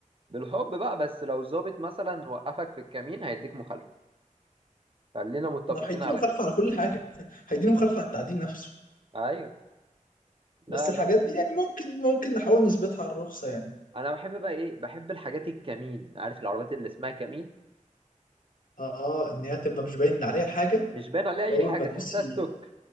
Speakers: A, on the right; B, on the left.
A: بالحب بقى بس لو ظابط مثلا وقفك في الكمين هيديك مخالفة خلينا متفقين
B: ما هو هيديني
A: على
B: مخالفه
A: كده
B: على كل حاجه <laughs> هيديني مخالفه على التعديل نفسه
A: أيوه لا
B: بس الحاجات
A: لا
B: دي يعني ممكن ممكن نحاول نثبتها على الرخصه يعني
A: أنا بحب بقى إيه بحب الحاجات الكمين عارف العربيات اللي اسمها كمين
B: اه آه، ان هي تبقى مش باين عليها حاجه
A: مش باين عليها اي
B: فاول
A: حاجه
B: ما تدوس
A: تحسها
B: ي-
A: ستوك